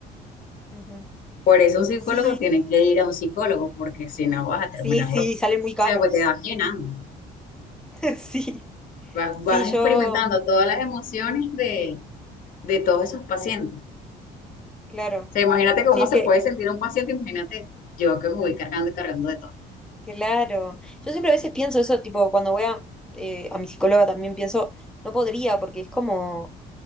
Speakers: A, in the centre; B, on the left.
A: Ujú.
B: Por eso un psicólogo
A: Sí,
B: tiene que ir a un psicólogo, porque si no vas a terminar
A: sí, sí,
B: loco. O
A: salen muy caros.
B: sea, pues te vas llenando,
A: <laughs> Sí,
B: vas, vas
A: sí, yo,
B: experimentando todas las emociones de, de todos esos pacientes.
A: claro.
B: O sea, imagínate cómo
A: Sí, es
B: se
A: que,
B: puede sentir un paciente, imagínate yo que me voy cargando y cargando de todo.
A: claro. Yo siempre a veces pienso eso, tipo, cuando voy a, eh, a mi psicóloga también pienso, no podría, porque es como,